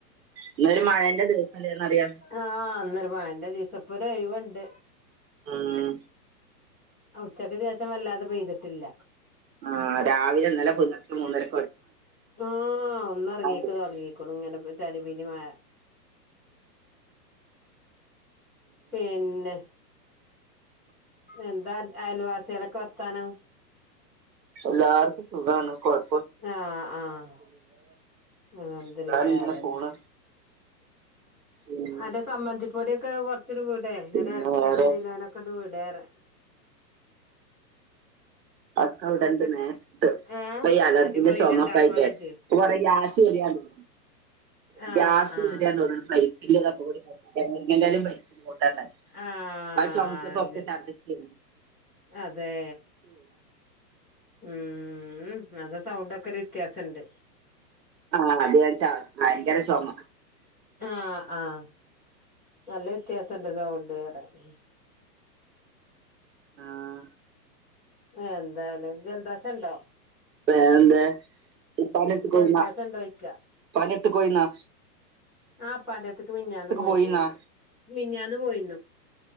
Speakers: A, on the right; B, in the centre.
A: ഇന്നൊരു മഴേന്റെ ദിവസല്ലേന്നറിയ
B: ആഹ് ഇന്നൊരു മഴേന്റെ ദിവസ ഇപ്പൊരു ഒഴിവൊണ്ട്
A: ഉം
B: ഉച്ചക്ക് ശേഷം വല്ലാതെ പെയ്തിട്ടില്ല
A: ആഹ് രാവിലെ ഇന്നലെ പുലർച്ചെ മൂന്നര
B: ആഹ് ഒന്നൊറങ്ങീക്ക്
A: പെയ്തിട്ടില്ല
B: തൊട്ങ്ങീക്ക്ണു ഇങ്ങനെ ചരി പിനി മഴ പിന്നെ എന്താ അയൽവാസിയാലൊക്കെ വർത്താനം
A: എല്ലാവർക്കും സുഖാണ് കൊയ്
B: ആഹ് ആഹ് അൽഹമ്ദിലിള്ള
A: എല്ലാരും ഇങ്ങനെ
B: അതന്നെ
A: പോണ് ഉം
B: അന്റെ സമ്മന്തിപ്പൊടിക്കെ കൊർച്ചിട് വിടേ
A: പിന്നെ
B: ഒരു അരക്കിലോന
A: വേറെ
B: ഒരു കിലോനൊ കിണ്ട് വിടേ <unintelligible>
A: അക്ക വിടണ്ട്
B: കൊറച്ച്
A: നേരിട്ട്
B: ഏ
A: ഇപ്പയ് അലർജീന്റെ
B: അടിപൊളിൽ
A: ചെമക്ക
B: ഇണ്ടാക്കുവല്ലോ
A: ആയിട്ടെ
B: ഇജ്ജ്
A: ഇപ്പ കൊറെ യാശേറിയാണ്‌ടെ
B: ആഹ്
A: ഗ്യാസ്
B: ആഹ്
A: കേറിയാന്ന്തോന്നണു ഫ്ലൈറ്റിന്റെതക്കൊക്കൂടി മുറിങ്ങന്റെലിം പരിപ്പും കൂട്ടാണ്ടാക്കി
B: ആഹ്
A: ആ ചൊമ്ച്ചപ്പം ഒക്കെ ഛർദിച്ചേ
B: അതേ ഉം അത സൗണ്ടൊക്കെ ഒരു വ്യത്യാസണ്ട്
A: ആഹ് അത്കഴിച്ച ഭയങ്കര ചൊമ
B: ആഹ് ആഹ് നല്ല വ്യത്യാസംണ്ട് സൗണ്ട് പറിയ
A: ആഹ്
B: എന്തായാലും ജലദോഷണ്ടോ
A: വേറെന്തേ ഉപ്പാന്റെട്ത്ത്ക്ക്
B: ജലദോഷണ്ടോയ്ക്ക
A: പോയിനോ പ്പാന്റെട്ത്ത്ക്കു പോയിന്നോ
B: ആഹ് പാന്റട്ത്തേക്ക് മിഞ്ഞാന്ന് പോയിന്നു
A: പോയിന്നാ
B: ഞാന് മിഞ്ഞാന്ന് പോയിർന്നു